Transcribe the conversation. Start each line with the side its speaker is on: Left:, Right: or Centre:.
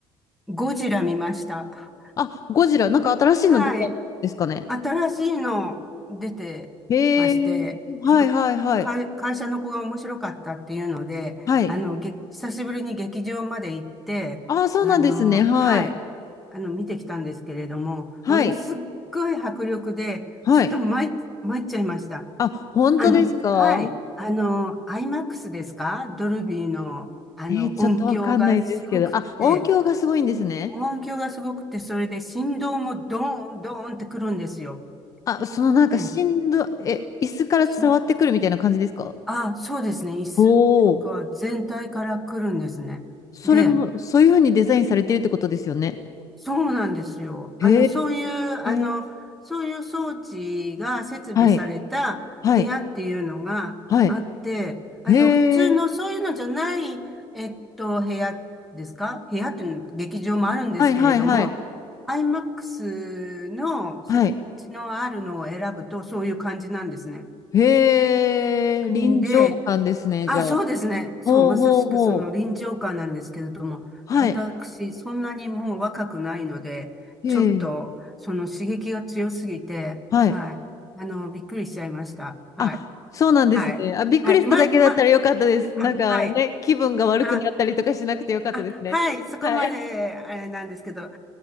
Centre: ゴジラ見ました。
Left: あ、ゴジラ、なんか新しいの出たんですかね。
Centre: はい。新しいの出てまして、
Left: へえ、はいはいはい。
Centre: ちょっと会、会社の子が面白かったっていうので、
Left: はい。
Centre: あの、げ、久しぶりに劇場まで行って、
Left: あ、そうなんですね。
Centre: あの、
Left: はい。
Centre: はい。あの、見てきたんですけれども、
Left: はい。
Centre: ものすっごい迫力で、
Left: はい。
Centre: ちょっと参っ、参っちゃいました。
Left: あ、本当ですか
Centre: あの、はい。あの、IMAX ですかドルビーの、あの、
Left: えーちょっとわかんないですけど。
Centre: 音響がすごくって、
Left: あ、音響がすごいんですね。
Centre: 音響がすごくて、それで振動もドーン、ドーンってくるんですよ。
Left: あ、そのなんかしんど、
Centre: ええ。
Left: え、椅子から伝わってくるみたいな感じですか
Centre: しあ、そうですね。椅子とか全体から来るんですね。
Left: おお。それも、
Centre: で、
Left: そういうふうにデザインされてるってことですよね。
Centre: そうなんですよ。
Left: へ
Centre: あの、そういう、あの、
Left: え。
Centre: そういう装置が設備された部屋っていうのがあって、
Left: はい。はい。はい。
Centre: あの、
Left: へえ。
Centre: 普通のそういうのじゃない、えっと、部屋ですか部屋っていうの劇場もあるんですけれども、
Left: はいはいはい。
Centre: IMAX の設置のあるのを選ぶとそういう感じなんですね。
Left: はい。へえ。臨場感ですね、
Centre: んで、あ、
Left: じゃあ。
Centre: そうですね。そう、
Left: ほうほうほう。
Centre: まさしくその臨場感なんですけれども、
Left: はい。
Centre: 私、そんなにもう若くないので、
Left: へえ。
Centre: ちょっと、その刺激が強すぎて、
Left: はい。
Centre: はい。あの、びっくりしちゃいました。はい。
Left: あ、そうなんですね。
Centre: はい。
Left: あ、びっくりしただけだったらよかったです。
Centre: はい。ま、ま、あ、
Left: なんかね、
Centre: はい。
Left: 気分が悪くなったりとかしなくてよかったですね。
Centre: あ、あ、はい。そこまで、
Left: はい。
Centre: あれなんですけど、